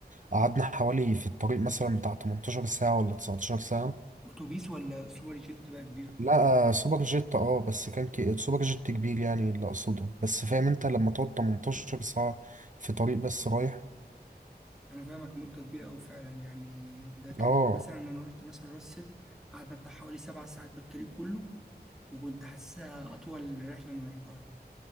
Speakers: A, on the right; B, in the centre.
A: قعدنا حوالي في الطريق مثلا بتاع 18 ساعة ولا 19 ساعة
B: أتوبيس ولا سوبر جيت بقى كبير
A: لا سوبر جيت اه بس كان كي... سوبر جيت كبير يعني اللي اقصده بس فاهم انت لما تقعد 18 ساعة في طريق بس رايح
B: انا فاهمك مده كبيره قوي فعلا يعني ده كانت
A: اه
B: مثلا انا رحت مثلا راس سدر قعدنا بتاع حوالي سبع ساعات بالطريق كله وكنت حاسسها اطول رحله انا رحتها يعني